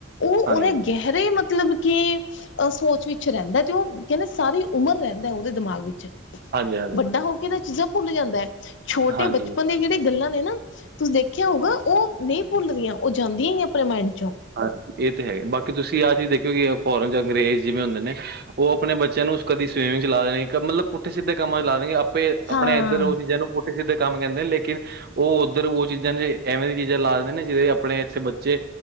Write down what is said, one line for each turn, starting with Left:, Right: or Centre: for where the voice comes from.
Left: ਓ
Right: ਹਾਂਜੀ
Left: ਓਦੇ ਗੈਹਰੇ ਮਤਲਬ ਕਿ ਅ ਸੋਚ ਵਿੱਚ ਰੈਂਦੈ ਤੇ ਓ ਕੈਂਦੇ ਸਾਰੀ ਉਮਰ ਰੈਂਦੈ ਓਦੇ ਦਮਾਗ ਵਿੱਚ
Right: ਹਾਂਜੀ ਹਾਂਜੀ
Left: ਵੱਡਾ ਹੋ ਕੇ ਤਾਂ ਚੀਜਾ ਭੁੱਲ ਜਾਂਦੈ, ਛੋਟੇ
Right: ਹਾਂਜੀ
Left: ਬੱਚਪਨ ਦੀ ਜੇੜੀ ਗੱਲਾਂ ਨੇ ਨਾ ਤੂ ਦੇਖੇਆ ਹੋਊਗਾ, ਓ ਨਈ ਭੁੱਲਦੀਆਂ, ਓ ਜਾਂਦੀਆਂ ਈ ਨੀ ਅਪਨੇ ਮਾਈੰਡ ਚੋਂ।
Right: ਹਾਂਜੀ ਏ ਤੇ ਹੈ, ਬਾਕੀ ਤੂਸੀ ਆ ਚੀਜ ਦੇਖੀ ਹੋਉਗੀ ਫੋਰਨ ਚ ਅੰਗਰੇਜ ਜਿਵੇਂ ਹੋਂਦੇ ਨੇ ਓ ਅਪਨੇ ਬੱਚੇਆਂ ਨੂੰ ਕਦੀ ਸਵਿਮਿੰਗ ਚ ਲਾ ਦੇਨਗੇ ਮਤਲਬ ਪੁੱਠੇ-ਸਿੱਦੇ ਕੰਮਾਂ ਚ ਲਾ ਦੇਨਗੇ, ਅਪ ਆਪੇ ਅਪਣੇ
Left: ਹਾਂ
Right: ਏੱਦਰ ਓ ਚੀਜਾਂ ਨੂੰ ਪੁੱਟ ਸਿੱਦੇ ਕਾੰਮ ਕੈਂਦੇ ਨੇ, ਲੇਕਿਨ ਓ ਉਦੱਰ ਓ ਚੀਜਾਂ ਨੇ, ਐਵੇਂ ਦੀ ਚੀਜ਼ਾਂ ਲਾ ਦੇਂਦੇ ਨੇ ਜੇੜੇ ਅਪ ਅਪਣੇ ਇੱਥੇ ਬੱਚੇ